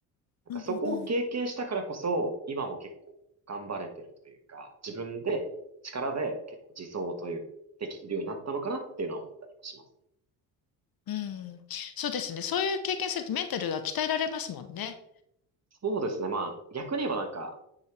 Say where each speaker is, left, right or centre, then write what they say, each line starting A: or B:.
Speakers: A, on the right; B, on the left.
A: なんかそこを経験したからこそ、
B: うんうん。
A: 今も結構頑張れてるというか、自分で力で結構自走という、できてるようになったのかなっていうのは思ったりもします。
B: うんそうですね。そういう経験するとメンタルが鍛えられますもんね。
A: そうですね。まあ、逆に言えばなんか、